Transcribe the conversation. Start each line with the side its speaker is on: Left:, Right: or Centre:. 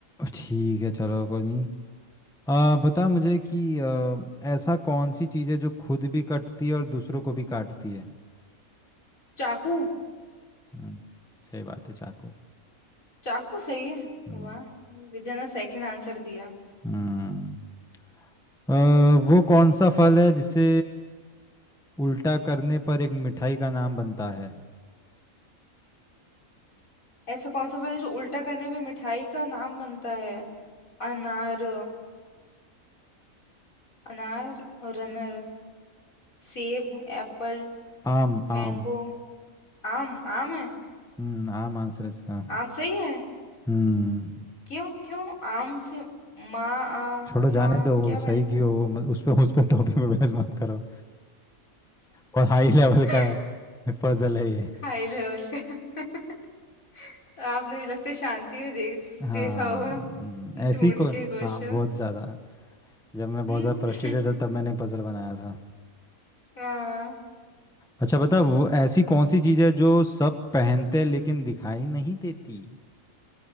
Centre: ठीक है चलो कोई नहीं अ, बता मुझे कि अ, ऐसा कौन सी चीज़ है जो खुद भी कटती है और दूसरों को भी काटती है
Left: चाकू
Centre: हम्म सही बात है चाकू
Left: चाकू सही है
Centre: हम्म
Left: वाह विद्या ने सेकंड आंसर दिया
Centre: हम्म अ, वो कौन सा फल है जिसे उल्टा करने पर एक मिठाई का नाम बनता है
Left: ऐसा कौन सा फल है जो उल्टा करने पे मिठाई का नाम बनता है अनार अनार रनर सेब एप्पल
Centre: आम
Left: मैंगो
Centre: आम
Left: आम आम है
Centre: हम्म आम आंसर है इसका
Left: आम सही है
Centre: हम्म
Left: क्यों क्यों आम से माँ आ
Centre: छोड़ो जाने
Left: माँ
Centre: दो वो
Left: क्या
Centre: सही
Left: बनेगा
Centre: क्यों वो मत, उस पे उस पे टॉपिक पे बहस मत करो बहुत हाई लेवल
Left: <laughs>
Centre: का पजल है ये
Left: हाई लेवल से। <laughs> आपने लगता है शांति में देख
Centre: हाँ
Left: देखा होगा
Centre: हम्म, ऐसी
Left: ढूंढ
Centre: को
Left: के क्वेश्चंस
Centre: हाँ बहुत ज़्यादा जब मैं बहुत
Left: हम्म
Centre: ज़्यादा फ्रस्ट्रेटेड था तब मैंने पजल बनाया था
Left: <laughs> हाँ
Centre: अच्छा बता वो ऐसी कौन सी चीज़ है जो सब पहनते हैं लेकिन दिखाई नहीं देती